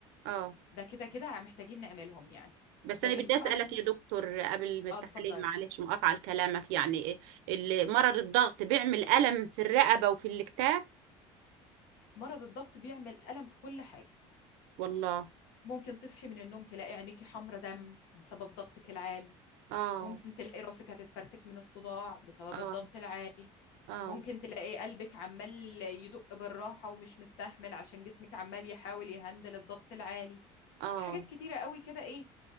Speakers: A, on the right; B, on the left.
A: اه
B: ده كده كده محتاجين نعملهم يعني
A: بس
B: ده
A: انا
B: غير
A: بدي
B: طبعا
A: اسالك
B: ان
A: يا
B: إح-
A: دكتور قبل ما التحاليل
B: اه اتفضلي
A: معلش مقاطعه لكلامك يعني إيه اللي مرض الضغط بيعمل الم في الرقبه وفي الاكتاف
B: مرض الضغط بيعمل ألم في كل حاجة
A: والله
B: ممكن تصحي من النوم تلاقي عينيكي حمرة دم بسبب ضغطك العالي
A: اه
B: ممكن تلاقي راسك هتتفرتك من الصداع بسبب
A: اه
B: الضغط العالي
A: اه
B: ممكن تلاقي قلبك عمال يدق بالراحة ومش مستحمل عشان جسمك عمال يحاول يهندل الضغط العالي
A: اه
B: في حاجات كتيرة قوي كده ايه